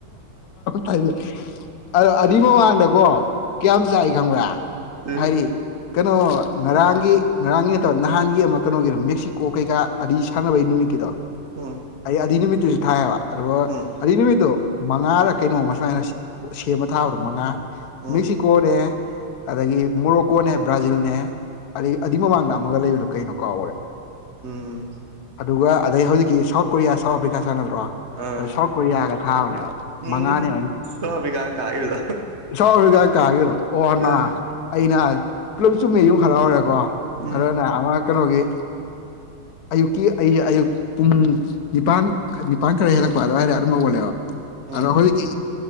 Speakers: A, on the left (about 60°); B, on the right (about 40°).
A: ꯍꯥꯏꯗꯤ ꯑ ꯑꯗꯨꯏ ꯃꯃꯥꯡꯗꯀꯣ ꯀꯌꯥꯝ ꯆꯥꯏ ꯈꯪꯕ꯭ꯔꯥ
B: ꯎꯝ
A: ꯍꯥꯏꯔꯤ ꯀꯩꯅꯣ ꯉꯔꯥꯡꯒꯤ ꯉꯔꯥꯡꯒꯤ ꯅꯠꯇ꯭ꯔꯣ ꯅꯍꯥꯟꯒꯤ ꯑꯃ ꯀꯩꯅꯣꯒꯤꯗꯣ ꯃꯦꯛꯁꯤꯀꯣ ꯀꯩꯀꯥ ꯑꯗꯨꯏ ꯁꯥꯟꯅꯕꯩ ꯅꯨꯃꯤꯠꯀꯤꯗꯣ
B: ꯎꯝ
A: ꯑꯩ ꯑꯗꯨꯏ ꯅꯨꯃꯤꯠꯇꯨꯁꯨ ꯊꯥꯏꯑꯕ ꯑꯗꯨꯒ
B: ꯎꯝ
A: ꯑꯗꯨꯏ ꯅꯨꯃꯤꯠꯇꯨ ꯃꯉꯥꯗ ꯀꯩꯅꯣꯝꯃ ꯁꯨꯃꯥꯏꯅ ꯁꯦꯝꯕ ꯊꯥꯕꯗꯣ ꯃꯉꯥ
B: ꯎꯝ
A: ꯃꯦꯛꯁꯤꯀꯣꯅꯦꯦ ꯑꯗꯒꯤ ꯃꯣꯔꯣꯀꯣꯅꯦ ꯕ꯭ꯔꯥꯖꯤꯜꯅꯦ ꯑꯩ ꯑꯗꯨꯏ ꯃꯃꯥꯡꯗ ꯑꯃꯒ ꯂꯩꯕꯗꯣ ꯀꯩꯅꯣ ꯀꯥꯎꯈꯔꯦ
B: ꯎꯝ
A: ꯑꯗꯨꯒ ꯑꯗꯩ ꯍꯧꯖꯤꯛꯀꯤ ꯁꯥꯎꯠ ꯀꯣꯔꯤꯌꯥ ꯁꯥꯎꯠ ꯑꯐ꯭ꯔꯤꯀꯥ ꯔꯣ
B: ꯑꯥ
A: ꯑꯗꯨ ꯁꯥꯎꯠ ꯀꯣꯔꯤꯌꯥꯒ ꯊꯥꯕꯅꯦꯕ
B: ꯎꯝ
A: ꯃꯉꯥꯅꯤ
B: <unintelligible>
A: <unintelligible> ꯀꯥꯒꯦꯔꯣ ꯑꯣꯅꯥ
B: ꯎꯝ
A: ꯑꯩꯅ ꯄꯨꯂꯞ ꯆꯨꯝꯃꯤ ꯌꯨꯝ ꯍꯜꯂꯥꯎꯔꯦꯀꯣ
B: ꯎꯝ
A: ꯑꯗꯅꯦ ꯑꯃ ꯑ ꯀꯅꯣꯒꯤ ꯑꯌꯨꯛꯀꯤ ꯑꯩꯁꯦ ꯑꯌꯨꯛ ꯄꯨꯡ ꯅꯤꯄꯥꯟ ꯅꯤꯄꯥꯟ ꯈꯔ ꯍꯦꯜꯂꯛꯄ ꯑꯗꯨꯋꯥꯏꯔ ꯑꯗꯨꯝ ꯍꯧꯒꯠꯂꯦꯕ ꯑꯗꯣ
B: ꯎꯝ
A: ꯑꯩꯈꯣꯏꯒꯤ